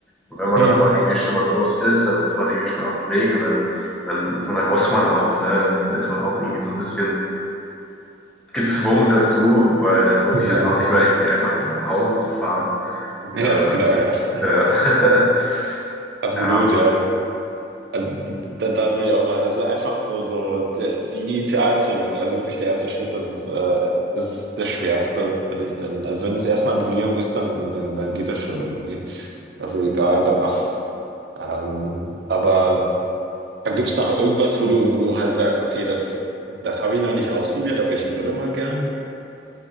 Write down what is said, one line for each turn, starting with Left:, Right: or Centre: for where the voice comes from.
Centre: Und wenn man
Right: Mhm.
Centre: dann aber irgendwie schon beim Bus ist, dann ist man irgendwie schon auf dem Weg und dann, dann, und dann muss man auch, ne? Dann ist man auch irgendwie so ein bisschen gezwungen dazu, weil dann lohnt
Right: Genau.
Centre: sich das auch nicht
Right: <laughs>
Centre: mehr, irgendwie einfach wieder nach Hause zu fahren.
Right: Ja,
Centre: Äh,
Right: genau, ja.
Centre: äh,
Right: <laughs>
Centre: <laughs>
Right: Absolut,
Centre: ja,
Right: ja. Also da, da würde ich auch sagen, also einfach so, so die, die Initialzündung, also wirklich der erste Schritt, das ist äh, das, das Schwerste, finde ich dann. Also wenn es erstmal Bewegung ist, dann, dann, dann, dann geht das schon irgendwie. Also egal bei was. Ähm, aber gibt es noch irgendwas, wo du, wo du halt sagst, okay, das, das habe ich noch nicht ausprobiert, aber ich würde mal gern.